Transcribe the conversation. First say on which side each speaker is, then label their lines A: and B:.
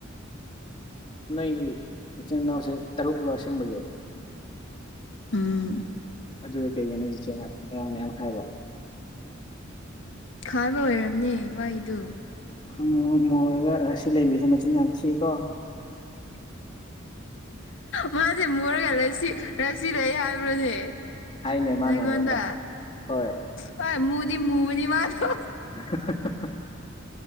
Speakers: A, on the left; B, on the left.
A: ꯎ ꯅꯣꯏꯒꯤ ꯏꯆꯤꯟ ꯏꯅꯥꯎꯁꯦ ꯇꯔꯨꯛꯂꯣ ꯑꯁꯦꯡꯕꯒꯤ
B: ꯎꯝ
A: ꯑꯗꯨꯒ ꯀꯩꯒꯤꯅꯣ ꯏꯖꯤꯆꯦꯅ ꯉꯣꯏꯔꯥꯡ ꯃꯌꯥꯝ ꯍꯥꯏꯕꯣ
B: ꯈꯥꯕ ꯑꯣꯏꯔꯝꯅꯦ ꯋꯥꯍꯗꯨ
A: ꯎꯝ ꯃꯔꯒ ꯔꯥꯁꯤ ꯂꯩꯕꯤꯁꯦ ꯃꯆꯤꯟ ꯌꯥꯝ ꯊꯤꯑꯀꯣ
B: ꯃꯥꯁꯦ ꯃꯨꯔꯒꯁꯤ ꯔꯁꯤ ꯂꯩ ꯍꯥꯏꯕ꯭ꯔꯣꯅꯦ
A: ꯍꯥꯏꯅꯦ ꯃꯥꯅ
B: ꯔꯒꯟꯗ
A: ꯑꯩꯉꯣꯟꯗ ꯍꯣꯏ
B: ꯍ ꯃꯨꯗꯤ ꯃꯃ ꯃꯥ ꯊ
A: <inaudible>